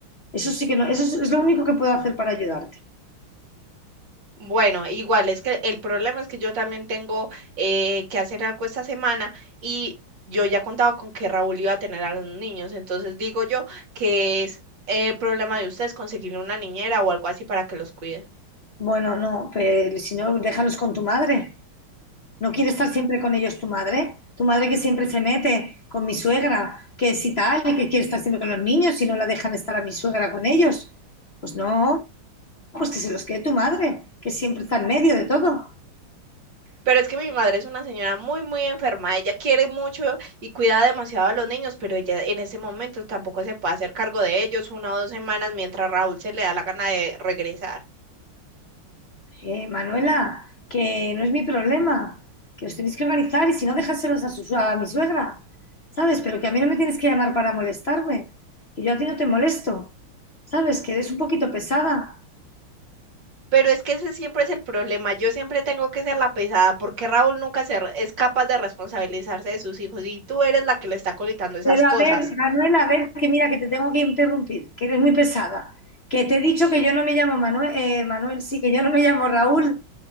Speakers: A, on the left (about 50°); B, on the right (about 60°).
A: Eso sí que no, eso es, es lo único que puedo hacer para ayudarte.
B: Bueno, igual es que el problema es que yo también tengo eh, que hacer algo esta semana y yo ya contaba con que Raúl iba a tener a los niños, entonces digo yo que es eh, problema de ustedes conseguirle una niñera o algo así para que los cuide.
A: Bueno, no, pero si no, déjalos con tu madre. ¿No quiere estar siempre con ellos tu madre? Tu madre que siempre se mete con mi suegra, que si tal, y que quiere estar siempre con los niños y no la dejan estar a mi suegra con ellos. Pues no, pues que se los quede tu madre, que siempre está en medio de todo.
B: Pero es que mi madre es una señora muy, muy enferma, ella quiere mucho y cuida demasiado a los niños, pero ella en ese momento tampoco se puede hacer cargo de ellos una o dos semanas mientras Raúl se le da la gana de regresar.
A: Eh, Manuela, que no es mi problema, que os tenéis que organizar y si no, dejárselos a, su, a mi suegra, ¿sabes? Pero que a mí no me tienes que llamar para molestarme, que yo a ti no te molesto, ¿sabes? Que eres un poquito pesada.
B: Pero es que ese siempre es el problema. Yo siempre tengo que ser la pesada porque Raúl nunca se re- es capaz de responsabilizarse de sus hijos y tú eres la que le está colitando esas
A: Pero
B: cosas.
A: a ver, Manuela, a ver, que mira, que te tengo que interrumpir, que eres muy pesada, que te he dicho que yo no me llamo Manuel, Manuel, sí, que yo no me llamo Raúl,